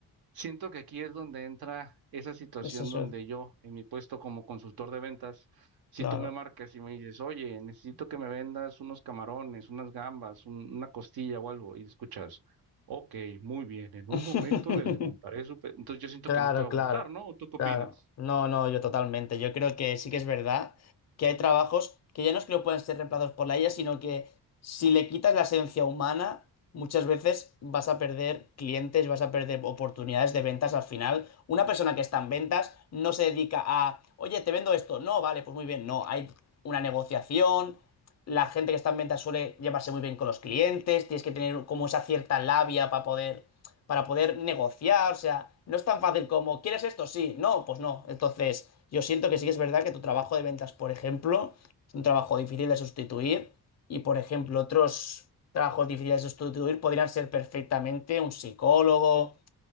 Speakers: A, on the right; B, on the left.
A: Siento que aquí es donde entra esa situación
B: eso es,
A: donde yo, en mi puesto como consultor de ventas, si
B: claro.
A: tú me marcas y me dices, oye, necesito que me vendas unos camarones, unas gambas, un- una costilla o algo, y escuchas, ok, muy bien, en
B: <laughs>
A: un momento le levantaré su... pe-". Entonces yo siento
B: Claro,
A: que no te va a
B: claro,
A: gustar, ¿no? ¿O tú qué
B: claro.
A: opinas?
B: No, no, yo totalmente. Yo creo que sí que es verdad que hay trabajos que ya no es que no puedan ser reemplazados por la IA, sino que si le quitas la esencia humana, muchas veces vas a perder clientes, vas a perder oportunidades de ventas al final. Una persona que está en ventas no se dedica a, oye, te vendo esto. No, vale, pues muy bien. No, hay una negociación. La gente que está en ventas suele llevarse muy bien con los clientes. Tienes que tener como esa cierta labia para poder para poder negociar, o sea, no es tan fácil como, ¿quieres esto? Sí, no, pues no. Entonces, yo siento que sí que es verdad que tu trabajo de ventas, por ejemplo, es un trabajo difícil de sustituir y, por ejemplo, otros trabajos difíciles de sustituir podrían ser perfectamente un psicólogo,